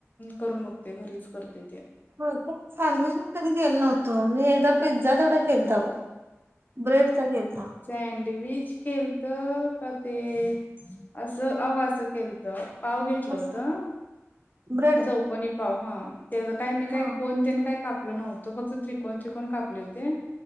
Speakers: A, on the left (about 35°); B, on the right (about 50°).
A: करून बघते घरीच करते ते.
B: होय का, सँडविच मग कधी केलं नव्हतं, मी एकदा पिझ्झा तेवढा केलता बघ. ब्रेडचा केलता
A: सँडविच केलतं का ते असं अव असं केलतं. पाव घेतलं
B: कसा
A: होतं
B: ब्रेड
A: चौकनी पाव हा त्याचं काय मी काय
B: हा
A: कोण तेन काय काप आप नव्हतं फक्त त्रिकोण त्रिकोण कापले होते.